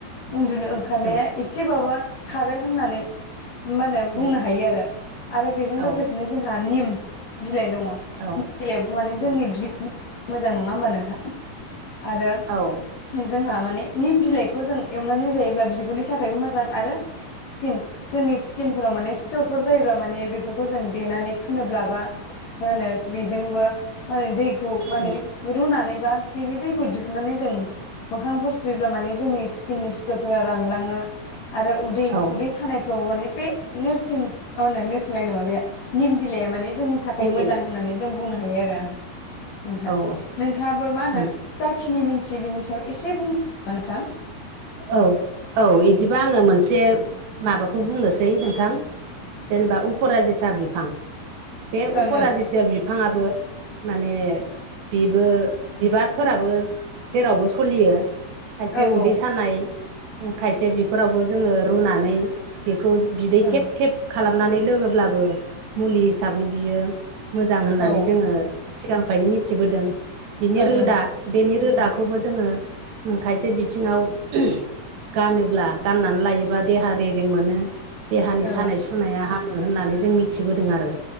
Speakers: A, on the left; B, on the right.
A: उन्दुनो ओंखारनाया
B: उम
A: एसेबाबो खारो होननानै मा होनो बुंनो
B: उम
A: हायो आरो। आरो बेजों लोगोसेनो
B: औ
A: जोंहा निम बिलाइ दङ,
B: औ
A: निम बिलायावथ' माने जोंनि
B: उम
A: मोजां नङा होमबा नोंथाङा? आरो
B: औ।
A: जोंहा माने निम बिलाइखौ जों एवनानै जायोब्ला बिगुरनि थाखायबो मोजां आरो सिकिन जोंनि सिक स्किनफोराव माने सिटरफोर जायोबा माने बेफोरखौ जों देनानै फुनोब्ला बा होनो बेजोंबो माने दैखौ
B: उम
A: माने रुनानैबा बिनि दैखौ दिहुननानै जों मोखांफोर सुयोब्ला माने जोंनि स्किननि सिथरफोरा रानलाङो आरो उदै
B: औ
A: उदै सानायफ्रावबो माने बे नोरसिं होनना नोरसिं लाय नो माबाया निम बिलाइया माने जोंनि थाखाय
B: निम
A: मोजां
B: बिलाइ
A: होननानै जों जों बुंनो हायो आरो ओं नोंथाङ
B: औ
A: नोंथाङाबो मा होनो
B: उम
A: जाखिनि मिन्थियो बिनि सायाव एसे बुंदो नोंथां?
B: औ औ बिदिबा आङो मोनसे माबाखौ बुंनोसै नोंथां। जेनेबा उपेराजिता बिफां बे उफेराजिता
A: ओं
B: बिफाङाबो माने बिबो बिबारफोराबो जेरावबो सलियो खायसे
A: ओं
B: उदै सा सानाय खायसे बेफोरावबो जोङो रुनानै बेखौ बिदै
A: ओं
B: थेब थेब खालामनानै लोङोब्लाबो मुलि हिसाबै बियो मोजां होननानै
A: औ ओं
B: जोङो। सिगांनिफ्रायनो मिथिबोदों बिनि
A: औ
B: रोदा
A: ओं
B: बेनि रोदाखौबो जोङो खायसे बिथिङाव <unintelligible> गानोब्ला गाननानै लायोब्ला देहा रेजें मोनो देहानि
A: ओं
B: सानाय सु नाया हामो होननानै जों मिथिबोदों आरो